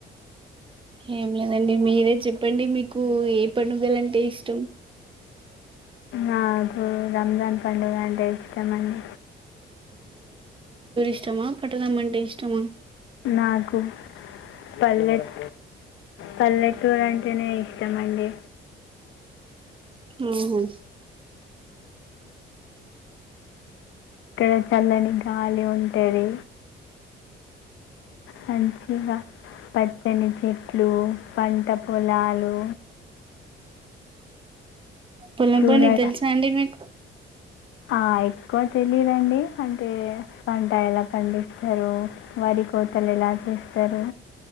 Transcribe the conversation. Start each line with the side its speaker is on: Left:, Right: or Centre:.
Right: ఏం లేదు అండి మీరే చెప్పండి మీకు ఏ పండుగలంటే ఇష్టం
Left: నాకు రంజాన్ పండుగ అంటే ఇష్టమండి
Right: ష్టమా పట్టణంమంటే ఇష్టమా
Left: నాకు పల్లెట్ పల్లెటూరు అంటేనే ఇష్ట ష్టమండి
Right: హ్మ్ హు
Left: అక్కడ చల్లని గాలి ఉంటది మంచిగ పచ్చని చె ట్లు పంట పొలాలు
Right: పొలం
Left: చూడడా
Right: పని తెల్సా అండి మీకు
Left: ఆ ఎక్కువ తెలియదండి అంటే పంట ఎలా పండి స్తరు వరి కో లు ఎలా చేస్తారు